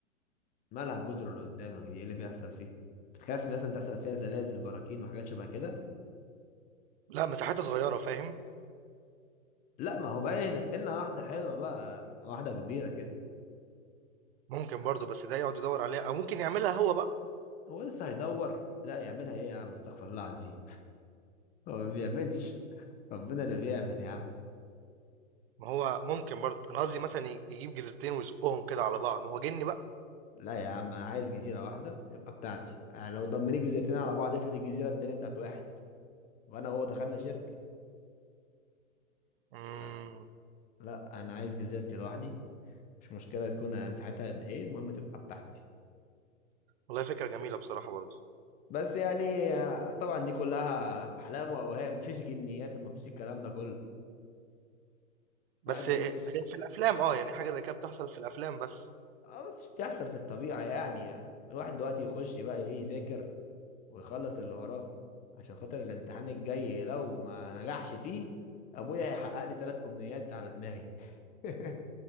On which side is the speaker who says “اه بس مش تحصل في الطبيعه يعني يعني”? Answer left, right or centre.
Left